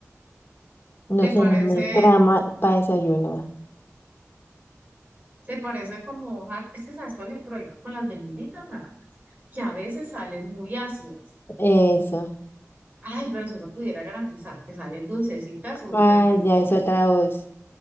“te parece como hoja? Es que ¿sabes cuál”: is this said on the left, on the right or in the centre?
Right